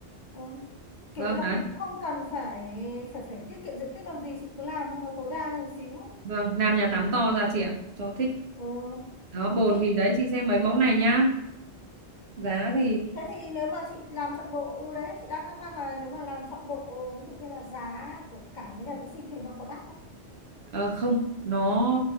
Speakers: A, on the left; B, on the right.
A: ừ, kiểu
B: vâng
A: như là
B: đấy.
A: cũng cũng không cần phải phải phải tiết kiệm diện tích làm gì, chị cứ làm nhưng mà tối đa lên một xíu.
B: Vâng, làm nhà tắm to ra chị ạ, cho thích.
A: Ừ,
B: Đó
A: cho nó
B: bồn
A: thích.
B: thì đấy chị xem mấy mẫu này nhá. Giá thì
A: Thế thì nếu mà chị làm trọn bộ ừ đấy chị đang thắc mắc là nếu mà làm trọn bộ ví dụ như là giá của cả cái nhà vệ sinh thì nó có đắt không?
B: ờ, không, nó